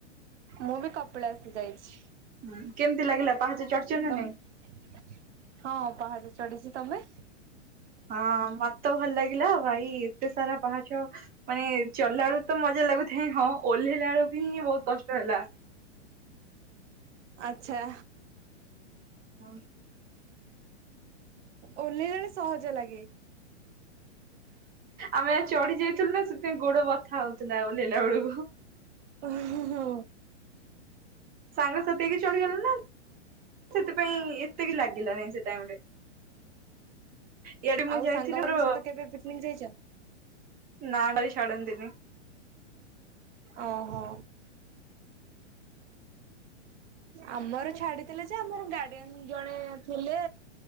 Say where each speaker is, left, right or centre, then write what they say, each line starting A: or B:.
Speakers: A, on the right (about 70°); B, on the right (about 25°).
A: ମୁଁ ବି କପିଳାସ ଯାଇଛି।
B: ହୁଁ କେମିତି ଲାଗିଲା ପାହାଚ ଚଢିଛ ନା
A: ତମେ
B: ନାଇଁ?
A: ହଁ ପାହାଚ ଚଢଛି। ତମେ?
B: ହଁ ମତେ ତ ଭଲ ଲାଗିଲା ଭାଇ ଏତେ ସାରା ପାହାଚ। ମାନେ ଚଢିଲାବେଳକୁ ତ ମଜା ଲାଗୁଥାଏ, ହଁ ଓହ୍ଲେଇଲା ବେଳକୁ ହିଁ ବହୁତ କଷ୍ଟ ହେଲା।
A: ଆଛା।
B: <unintelligible>
A: ଓହ୍ଲେଇଲାବେଳେ ସହଜ ଲାଗେ।
B: ଆମେ ଚଢି ଯାଇଥିଲୁ ନା, ସେଥିପାଇଁ ଗୋଡ ବଥା ହଉଥିଲା ଓହ୍ଲେଇଲା ବେଳକୁ।
A: ଉଁ ହୁଁ ହୁଁ।
B: ସାଙ୍ଗସାଥୀ ହେଇକି ଚଢିଗଲ ନା ସେଥିପାଇଁ ଏତେବି ଲାଗିଲା ନାହିଁ ସେ ଟାଇମରେ। ଇଆଡେ ମୁଁ
A: ଆଉ
B: ଯାଇଥିଲି
A: ସାଙ୍ଗମାନଙ୍କ
B: ମୋର
A: ସହିତ କେବେ ପିକନିକ ଯାଇଛ?
B: ନାଁ ଟା ବି ଛାଡନ୍ତିନି।
A: ଓହୋ। ଆମର ଛାଡିଥିଲେ ଯେ, ଆମର ଗାର୍ଡିଆନ ଜଣେ ଥିଲେ